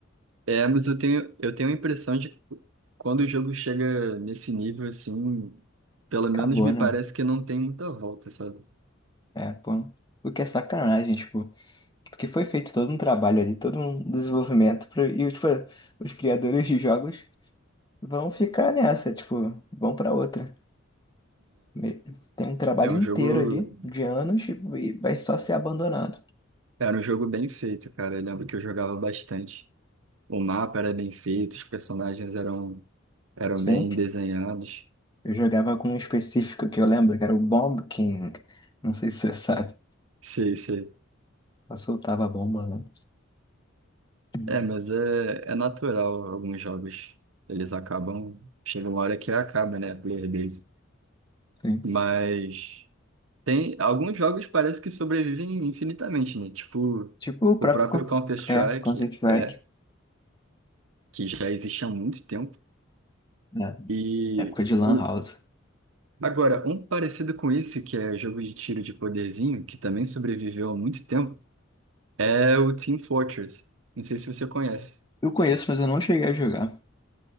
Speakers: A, on the right; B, on the left.
A: É, mas eu tenho, eu tenho a impressão de que quando o jogo chega nesse nível, assim, pelo menos
B: Acabou,
A: me
B: né?
A: parece que não tem muita volta, sabe?
B: É, pô. O que é sacanagem, tipo, porque foi feito todo um trabalho ali, todo um desenvolvimento pra, e, tipo, os criadores de jogos vão ficar nessa, tipo, vão pra outra. Me- Tem um trabalho
A: É, é um
B: inteiro
A: jogo,
B: ali de anos e e vai só ser abandonado.
A: era um jogo bem feito, cara. Eu lembro que eu jogava bastante. O mapa era bem feito, os personagens eram, eram
B: Sempre.
A: bem desenhados.
B: Eu jogava com um específico que eu lembro, que era o Bomb King. Não sei se você sabe.
A: Sei, sei.
B: Só soltava a bomba, né? Hum,
A: É, mas é, é natural alguns jogos. Eles acabam, chega uma hora que acaba, né? a Player base.
B: Sim.
A: Mas. Tem alguns jogos parece que sobrevivem infinitamente, né? Tipo,
B: Tipo o próprio
A: o próprio
B: Counter-
A: Counter-Strike
B: é, Counter-Strike,
A: é que já existe há muito tempo.
B: né?
A: E
B: Época de Lan
A: o
B: House.
A: agora, um parecido com esse, que é jogo de tiro de poderzinho, que também sobreviveu há muito tempo, é o Team Fortress. Não sei se você conhece.
B: Eu conheço, mas eu não cheguei a jogar.